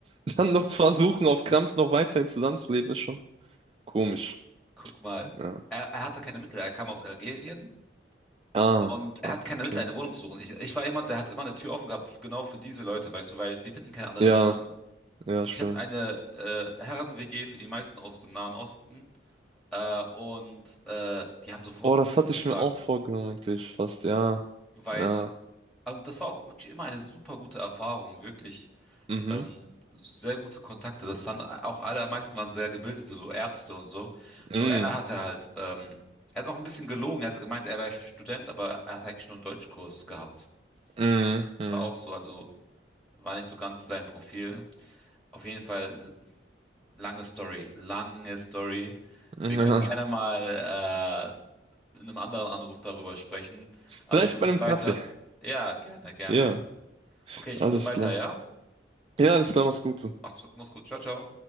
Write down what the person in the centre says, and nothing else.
Guck mal,
er, er hatte keine Mittel, er kam aus Algerien
und er
hat keine Mittel, eine Wohnung zu suchen. Ich, ich war jemand, der hat immer eine Tür offen gehabt, genau für diese Leute, weißt du, weil sie finden keine anderen
Wohnungen.
Ich habe eine äh, Herren-WG für die meisten aus dem Nahen Osten äh, und äh, die haben sofort
zugeschlagen,
weil,
also das war auch wirklich immer eine super gute Erfahrung, wirklich.
ähm, sehr gute Kontakte. Das fanden auch allermeisten waren sehr gebildete, so Ärzte und so.
Nur er hatte halt, ähm, er hat auch ein bisschen gelogen. Er hatte gemeint, er wäre Student, aber er hat eigentlich nur einen Deutschkurs gehabt.
Das
war auch so, also war nicht so ganz sein Profil. Auf jeden Fall lange Story, lange Story.
Wir
können gerne mal äh, in einem anderen Anruf darüber sprechen. Aber
ich muss
jetzt
weiter.
Ja, gerne, gerne.
Okay, ich
muss dann weiter,
ja?
Macht's, mach's gut. Ciao, ciao.